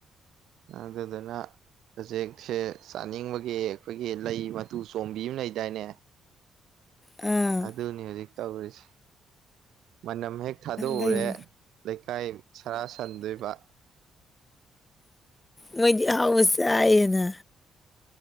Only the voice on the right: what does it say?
ꯑꯗꯨꯗꯨꯅ ꯍꯧꯖꯤꯛꯁꯦ ꯆꯥꯅꯤꯡꯕꯒꯤ ꯑꯩꯈꯣꯏꯒꯤ ꯂꯩ ꯃꯇꯨ ꯆꯣꯝꯕꯤ ꯑꯃ ꯂꯩꯗꯥꯏꯅꯦ
ꯑꯗꯨꯅꯤ ꯍꯧꯖꯤꯛ ꯇꯧꯔꯤꯁꯤ ꯃꯅꯝ ꯍꯦꯛ ꯊꯥꯗꯣꯛꯎꯔꯦ
ꯂꯩꯀꯥꯏ ꯁꯔꯥ ꯁꯟꯗꯣꯏꯕ